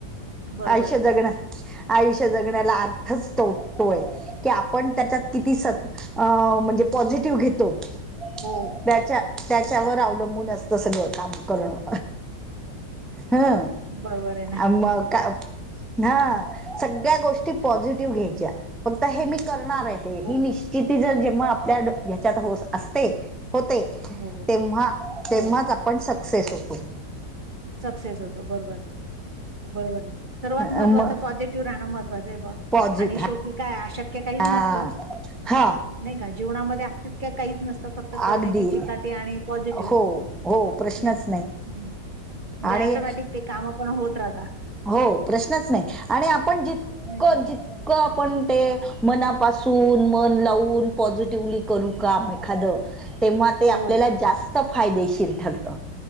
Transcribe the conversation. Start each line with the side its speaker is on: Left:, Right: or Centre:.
Right: बरोबर
Centre: आयुष्य
Right: आहे.
Centre: जगणं आयुष्य जगण्याला अर्थच तो तो आहं. कि आपण त्याच्यात किती स आ म्हणजे पॉझिटिव्ह घेतो.
Right: हो.
Centre: त्याच्या त्याच्यावर अवलंबून असतं सगळं काम करणं ह् अह्.
Right: बरोबर आहे ना.
Centre: अ मग का हा
Right: हं,
Centre: सगळ्या गोष्टी पॉझिटिव्ह घ्यायच्या.
Right: हं.
Centre: आता हे मी करणार आहे ते
Right: हो,
Centre: ही निश्चितीचा जिमा आपल्या डो ह्याच्यात हो असते. होते
Right: हो, हो,
Centre: तेव्हा तेव्हाच
Right: हो.
Centre: आपण सक्सेस होतो.
Right: सक्सेस होतो बरोबर आहे बरोबर आहे सर्वात
Centre: म
Right: महत्त्वाचं पॉझिटिव्ह राहणं महत्वाचं आहे बूवा.
Centre: पॉझिट
Right: आणि शेवटी काय अशक्य
Centre: हा
Right: काहीच नसतं.
Centre: हा
Right: नाही का जिवणामध्ये असशक्य काहीच नसतं. फक्त करण्याची
Centre: अगदी
Right: चिकाटी आणि पॉझिटिव
Centre: हो हो प्रश्नच
Right: नाही का? जे
Centre: आणि
Right: ऑटोमॅटिक ते काम पण होत राहता.
Centre: हो प्रश्नच नाही आणि आपण जितकं
Right: नाही का?
Centre: जित क आपण ते मनापासून मन लावून पॉझिटिवली करू काम एखादं. तेव्हा ते
Right: हो,
Centre: आपल्याला जास्त फायदेशीर ठरत